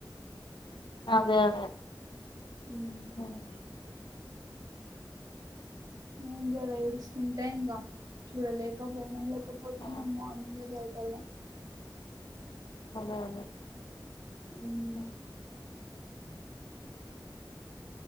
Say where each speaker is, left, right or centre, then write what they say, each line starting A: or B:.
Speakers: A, on the left; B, on the right.
A: అదే అదే
B: ఉ
A: హ్మ్
B: ఏం చేయాలా ఏడుస్తుంటే ఇంకా చూడలేక పోయినా లేకపోతే
A: ఆ,
B: మేము మార్నింగ్ బయల్ ఛాలా
A: అదే అదే
B: హ్మ్
A: ఉమ్.